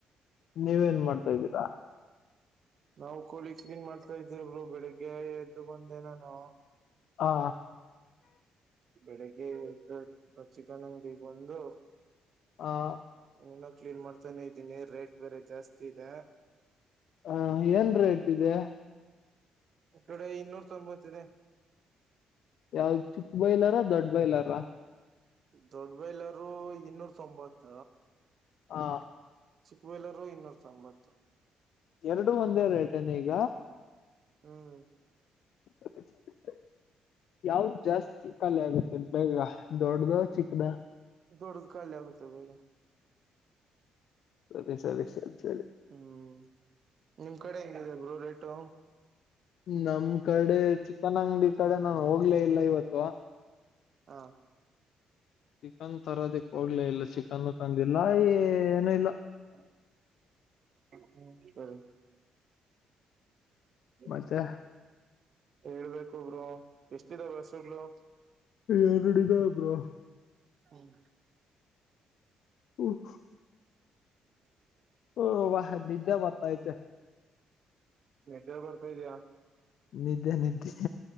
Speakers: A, on the left (about 70°); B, on the right (about 55°).
A: ನೀವೇನ್ ಮಾಡ್ತಾ
B: ಹ್ಮ್
A: ಇದೀರಾ.
B: ನಾವು ಕೋಳಿ ಕ್ಲೀನ್ ಮಾಡ್ತಾ ಇದ್ದೀವಿ ಬ್ರೋ ಬೆಳಿಗ್ಗೆ ಎದ್ದು ಬಂದೇ ನಾನು.
A: ಹಾ.
B: ಬೆಳಿಗ್ಗೆ ಎದ್ದು ಚಿಕನ್ ಅಂಗಡಿಗೆ ಬಂದು.
A: ಹ.
B: ಇನ್ನು ಕ್ಲೀನ್ ಮಾಡ್ತಾನೆ ಇದ್ದೀನಿ ರೇಟ್ ಬೇರೆ ಜಾಸ್ತಿ ಇದೆ.
A: ಹ ಏನ ರೇಟ್ ಇದೆ.
B: ಈ ಕಡೆ ಇನ್ನೂರ ತೊಂಬತ್ತ ಇದೆ.
A: ಯಾವ್ದ್ ಚಿಕ್ಕ ಬೈಲಾರ ದೊಡ್ಡ ಬೈಲಾರ.
B: ದೊಡ್ಬೈಲರು ಇನ್ನೂರ ತೊಂಬತ್ತ.
A: ಹಾ.
B: ಚಿಕ್ಕಬೈಲರು ಇನ್ನೂರ ತೊಂಬತ್ತು.
A: ಎರಡು ಒಂದೇ ರೇಟೇನ ಈಗ.
B: ಹ್ಮ್.
A: <inaudible> ಯಾವ್ದ ಜಾಸ್ತಿ ಖಾಲಿ ಆಗುತ್ತೆ ಬೇಗ ದೊಡ್ಡದ ಚಿಕ್ಕದ.
B: ದೊಡ್ಡದು ಖಾಲಿ ಆಗುತ್ತೆ ಬೇಗಾ.
A: ಸರಿ ಸರಿ ಸರಿ ಸರಿ.
B: ಹ್ಮ್ ನಿಮ್ ಕಡೆ ಏನಿದೆ ಬ್ರೋ ರೇಟು.
A: ನಮ್ ಕಡೆ ಚಿಕ್ಕನ ಅಂಗಡಿ ಕಡೆ ನಾ ಹೋಗ್ಲೇ ಇಲ್ಲ ಇವತ್ತು.
B: ಹಾ.
A: ಚಿಕನ್ ತರೋದಿಕ್ ಹೋಗ್ಲೇ ಇಲ್ಲ ಚಿಕನ್ ತಂದಿಲ್ಲ ಏನು ಇಲ್ಲ.
B: ಹಾ ಹ್ಮ್ ಸರಿ. <inaudible>
A: ಮತ್ತೆ.
B: ಹೇಳ್ಬೇಕು ಬ್ರೋ ಎಷ್ಟಿದೆ ಬಸ್ಸುಗಳು.
A: ಏನ್ ಬ್ರೋ
B: ಹ್ಮ್.
A: ಹ್ಮ್.
B: <inaudible>
A: ಹಓ ವಾಹ ನಿದ್ದೆ ಬರ್ತೈಐತೆ.
B: ನಿದ್ದೆ ಬರ್ತಾ ಇದ್ಯಾ.
A: ನಿದ್ದೆ ನಿದ್ದೆ.